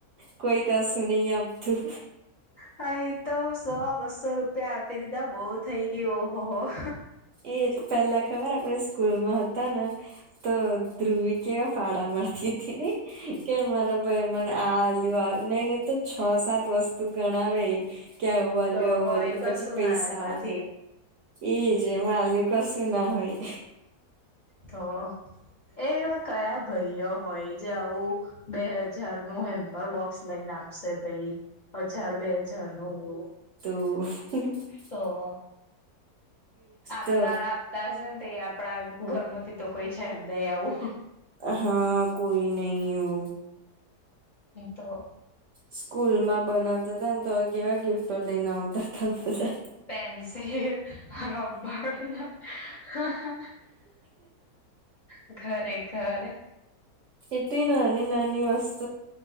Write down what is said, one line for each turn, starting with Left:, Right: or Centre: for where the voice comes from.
Right: કોઈ કશું નહી આપ તું
Left: હા એ તો સો બસો રૂપિયા આપી દીધા બહ થઈ ગયું ઓહોહ
Right: એ પેલા ખબર આપણે સ્કૂલમાં હતા ને તો ધ્રુવી કેવા ફાળ મળતી હતી નને કે મારા ભાઈ મને આલુ નઈ નહી તો છ સાત વસ્તુ ગણાવે ક્યા આવું વાલ
Left: તો
Right: આવું
Left: હોય
Right: વાલ્યું એ
Left: કશું
Right: પછી પૈસા
Left: ના એમાંથી
Right: એજ માલ્યું કશું ના હોય
Left: તો એ એવા કયા ભાઈઓ હોય જે આવું બે હજાર નું એમ પર બોક્સ લઈને આપશે ભાઈ હજાર બે હજાર નું એવું
Right: હ હ
Left: તો આપનારા
Right: તો
Left: આપતા હશે ને તો એ આપણા ઘર માંથી તો કોઈ છે જ નહી આવું.
Right: હા કોઈ નહી ઓ
Left: તો
Right: સ્કૂલમાં બનાવતા હતા ને તો કેવા ગિફ્ટો લઈને આવતા હતા બધા.
Left: પેન્સિલ, રબ્બર હા હા અ ઘરે ઘર.
Right: એટલી નાની- નાની વાસ્તુ